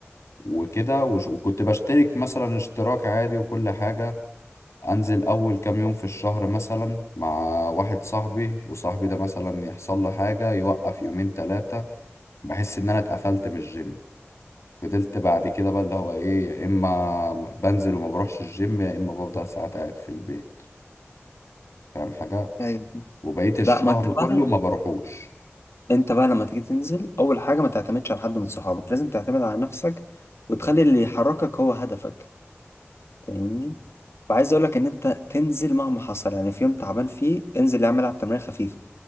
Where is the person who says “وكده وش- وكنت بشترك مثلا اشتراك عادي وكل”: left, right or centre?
Left